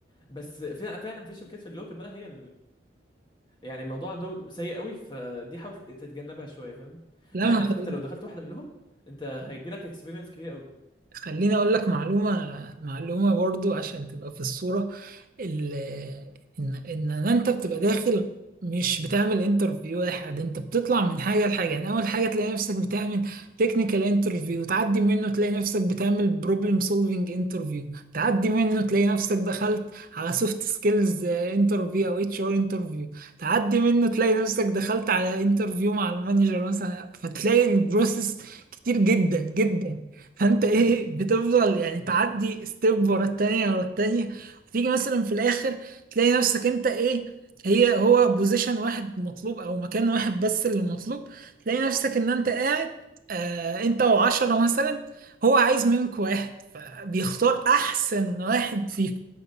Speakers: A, on the left; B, on the right.
A: بس فعلا فعلا في شركات في اللوكل بقى هي يعني الموضوع عندهم سيء قوي فدي حاول تتجنبها شويه فاهمني
B: لا
A: مع
B: ما
A: ان
B: خل-
A: على فكره لو دخلت واحده منهم انت هيجي لك اكسبيرينس كبيره قوي
B: خليني اقول لك معلومة معلومة برضو عشان تبقى في الصورة ال ان ان إن انت بتبقى داخل مش بتعمل انترفيو واحد انت بتطلع من حاجه لحاجه يعني اول حاجه تلاقي نفسك بتعمل تكنيكال انترفيو تعدي منه تلاقي نفسك بتعمل بروبلم سولفنج انترفيو تعدي منه تلاقي نفسك دخلت على سوفت سكيلز انترفيو او اتش ار انترفيو تعدي منه تلاقي نفسك دخلت على انترفيو مع المانجر مثلا فتلاقي البروسيس كتير جدا جدا فانت ايه بتفضل يعني تعدي ستيب ورا التانية ورا التانية تيجي مثلا في الاخر تلاقي نفسك انت ايه هي هو بوزيشن واحد مطلوب او مكان واحد بس اللي مطلوب تلاقي نفسك ان انت قاعد آه انت وعشرة مثلا هو عايز منك واحد فبيختار احسن واحد فيكم